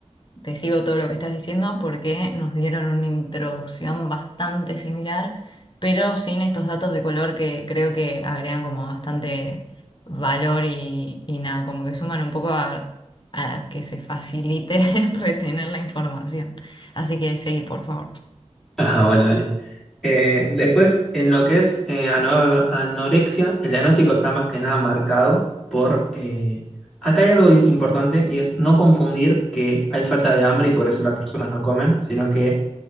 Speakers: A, on the left; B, in the centre.
A: te sigo todo lo que estás diciendo porque nos dieron una introducción bastante similar, pero sin estos datos de color que creo que agregan como bastante valor y, y nada, como que suman un poco a, a que se facilite <laughs> retener la información. Así que seguí, por favor.
B: Ajá, bueno, dale. Eh, después, en lo que es eh, ano- anorexia, el diagnóstico está más que nada marcado por... eh, acá hay algo importante y es no confundir que hay falta de hambre y por eso las personas no comen, sino que